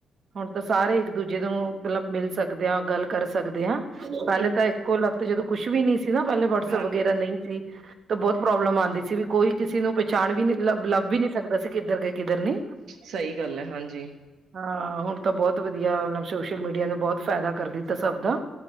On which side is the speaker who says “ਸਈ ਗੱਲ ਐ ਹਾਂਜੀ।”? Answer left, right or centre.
Right